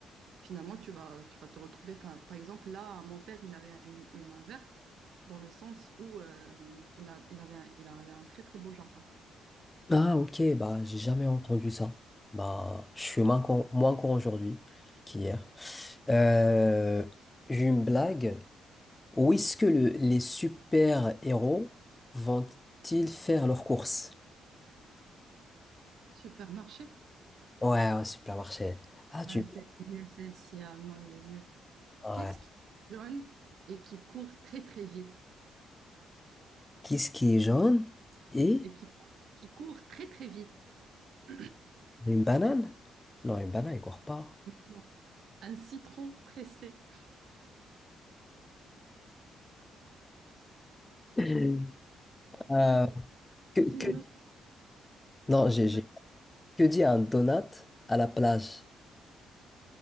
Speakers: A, on the right; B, on the left.
A: finalement, tu vas, tu vas te retrouver... Enfin, par exemple, là, mon père, il avait une, une main verte dans le sens où euh, il a, il avait, il avait un très, très beau jardin.
B: Ah, ok, bah, j'ai jamais entendu ça. Bah, je suis moins con, moins con aujourd'hui qu'hier. Euh, j'ai une blague. Où est-ce que le- les super-héros vont-ils faire leurs courses?
A: Supermarché?
B: Ouais, au supermarché. Ah, tu...
A: Ah, c'est nul celle-ci. Ah non, elle est nulle.
B: Ouais.
A: Qu'est-ce qui est jaune et qui court très très vite?
B: Qu'est-ce qui est jaune et
A: Et qui, qui court très très vite. <clears throat>
B: une banane? Non, une banane, il court pas.
A: Non. Un citron pressé.
B: <laughs> Euh,
A: Alors,
B: que,
A: j'ai
B: que-
A: une autre.
B: Non, j'ai
A: vague.
B: j'ai- que dit un donut à la plage?